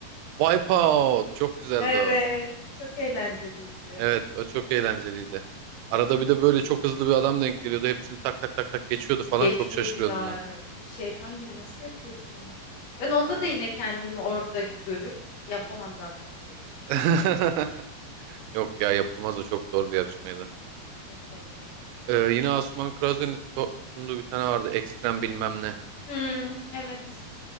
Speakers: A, on the right; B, on the left.
A: Wipeout. Çok
B: <laughs>
A: güzeldi
B: Evet,
A: o.
B: çok eğlenceliydi.
A: Evet o çok eğlenceliydi. Arada bir de böyle çok hızlı bir adam denk geliyordu. Hepsini tak tak tak tak geçiyordu falan.
B: Geçiyordu
A: Çok şaşırıyordum
B: ya.
A: ben.
B: Şeytan gibi nasıl yapıyorsun onu? Ben onda
A: Aynen.
B: da yine kendimi orada görüp yapamam ben bunu diyordum. <laughs>
A: <laughs> Yok ya yapılmaz o çok zor bir yarışmaydı.
B: Çok zordu.
A: Ee, yine Asuman Krazer'in so- sunduğu bir tane vardı. Ekstrem bilmem ne.
B: Hmm, evet.